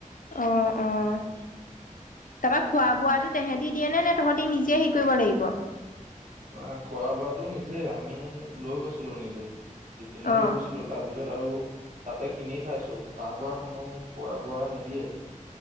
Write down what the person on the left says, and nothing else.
অ ', অ ', তাৰপৰা খোৱা বোৱাটো তেহঁতি দিয়ে নে -নে তহঁতি নিজে হেৰি কৰিব লাগিব?
অ', অ',